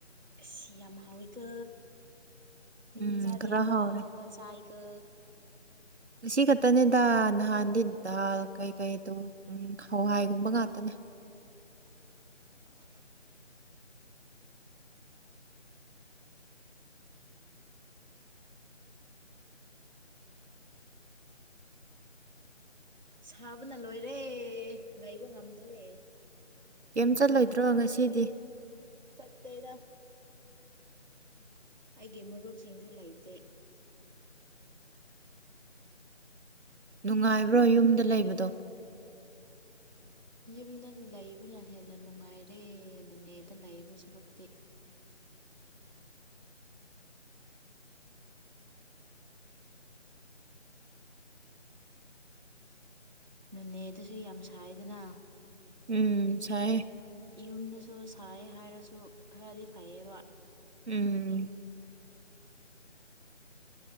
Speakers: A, on the right (about 35°); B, on the right (about 60°).
A: ꯑ ꯌꯥꯝ ꯍꯥꯎꯋꯤꯀꯣ ꯃꯤꯃꯆꯥꯗꯤ
B: ꯎꯝ ꯈꯔ
A: ꯑꯍꯥꯎ
B: ꯍꯥꯎꯔꯦ
A: ꯑꯍꯥꯎꯕ ꯆꯥꯏ ꯀꯣ
B: ꯉꯁꯤ ꯈꯛꯇꯅꯦꯗ ꯅꯍꯥꯟꯗꯤ ꯗꯥꯜ ꯀꯩꯀꯩ ꯎꯝ ꯍꯋꯥꯏꯒꯨꯝꯕ ꯉꯥꯛꯇꯅꯦ
A: <unintelligible> ꯁꯥꯕꯅ ꯂꯣꯏꯔꯦ ꯂꯩꯕ ꯉꯝꯗ꯭ꯔꯦ
B: ꯀꯩꯝ ꯆꯠꯂꯣꯏꯗ꯭ꯔꯣ ꯉꯁꯤꯗꯤ
A: ꯁꯠꯇꯦꯗ ꯑꯩꯒꯤ ꯃꯔꯨꯞꯁꯤꯡꯁꯨ ꯂꯩꯇꯦ
B: ꯅꯨꯡꯉꯥꯏꯕ꯭ꯔꯣ ꯌꯨꯝꯗ ꯂꯩꯕꯗꯣ
A: ꯌꯨꯝꯗ ꯂꯩꯕꯅ ꯍꯦꯟꯅ ꯅꯨꯡꯉꯥꯏꯔꯦ ꯅꯅꯦꯗ ꯂꯩꯕ ꯁꯨꯔꯨꯛꯇꯦ ꯅꯨꯅꯦꯗꯁꯨ ꯌꯥꯝ ꯁꯥꯏꯗꯅ
B: ꯎꯝ ꯁꯥꯏꯌꯦ
A: ꯌꯨꯝꯗꯁꯨ ꯁꯥꯏ ꯍꯥꯏꯔꯁꯨ ꯈꯔꯗꯤ ꯐꯩꯌꯦꯕ
B: ꯎꯝ